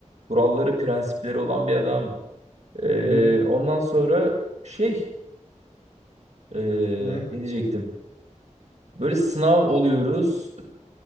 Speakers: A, on the right; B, on the left.
A: kuralları prensipleri olan bir adam. Ee,
B: Hı hı.
A: ondan sonra şey ee,
B: Hı.
A: ne diyecektim? Böyle sınav oluyoruz.